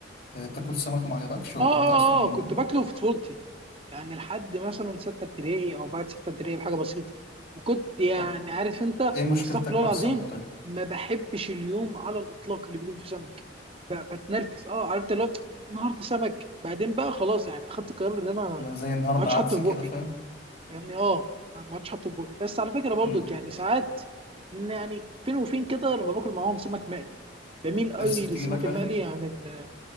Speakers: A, on the left (about 55°); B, on the right (about 30°).
A: تاكل سمك وما عجبكش ولا
B: اه اه
A: انت اصلا
B: اه كنت باكله في طفولتي يعني لحد مثلا سته ابتدائي او بعد سته ابتدائي بحاجه بسيطه وكنت يعني
A: طب
B: عارف انت
A: ايه مشكلتك
B: استغفر الله
A: مع
B: العظيم
A: السمك طيب
B: ما بحبش اليوم على الاطلاق اللي بيجيبوا فيه سمك ب- بتنرفز اه عرفت اللي هو النهارده سمك بعدين بقى خلاص يعني اخدت القرار ان انا ما
A: انا زي النهارده
B: عادش
A: عدس
B: حاطه في
A: كده
B: بقي
A: فاهم
B: يعني اه أنا ما عادش حاطط بوقي بس على فكره برضو
A: مم.
B: يعني ساعات إن يعني فين وفين كده لما باكل معاهم سمك مقلي بميل قوي
A: نفسك
B: للسمك
A: تجيبك
B: المقلي
A: عليه
B: عن ال